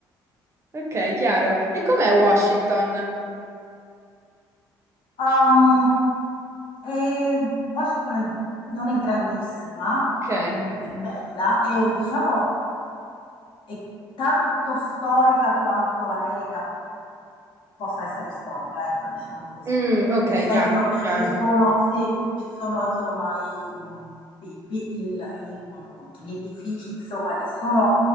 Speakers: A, on the right; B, on the left.
A: ok, chiaro. E com'è Washington?
B: Ehm, e Washington è- non è grandissima,
A: Ok.
B: è, è bella e diciamo è tanto storica quanto l'America possa essere storica, ecco, diciamo così.
A: Mm, ok,
B: Nel senso
A: chiaro,
B: che
A: chiaro.
B: ci sono, sì, ci sono insomma i, mh, i- i- il- i, mh, gli edifici insomma, che sono